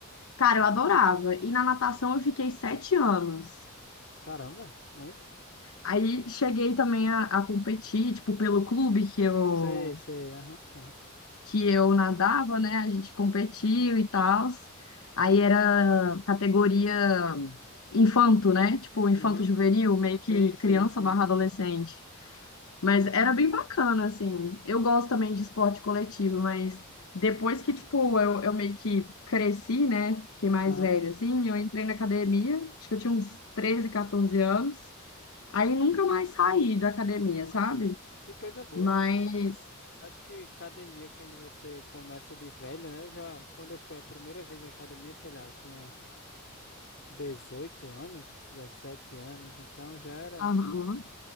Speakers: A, on the left; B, on the left.
A: Cara, eu adorava. E na natação eu fiquei sete anos.
B: caramba, muito.
A: Aí cheguei também a, a competir, tipo, pelo clube que eu
B: Sei, sei, aham. aham.
A: que eu nadava, né? A gente competiu e tal. Aí era categoria infanto, né? Tipo, infanto
B: Uhum.
A: juvenil, meio
B: Sim,
A: que criança
B: sim, sim.
A: barra adolescente. Mas era bem bacana, assim. Eu gosto também de esporte coletivo, mas depois que, tipo, eu, eu meio que cresci, né? Fiquei mais
B: Aham.
A: velha, assim. Eu entrei na academia, acho que eu tinha uns 13, 14 anos. Aí nunca mais saí da academia, sabe?
B: Que coisa boa,
A: Mas.
B: porque acho que academia, quando você começa de velho, né? Eu já, quando eu fui a primeira vez na academia, sei lá, eu tinha 18 anos, 17 anos, então já era
A: Aham.